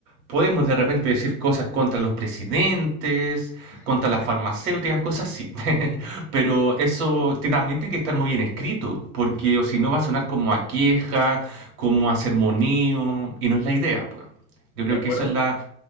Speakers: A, on the right; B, on the left.
A: podemos de repente decir cosas contra los presidentes,
B: <laughs>
A: contra las farmacéuticas, cosas así. <laughs> Pero eso te- también tiene que estar muy bien escrito, porque o si no va a sonar como a queja, como a sermoneo, y no es la idea, pues. Yo
B: De
A: creo
B: acuerdo.
A: que eso es la,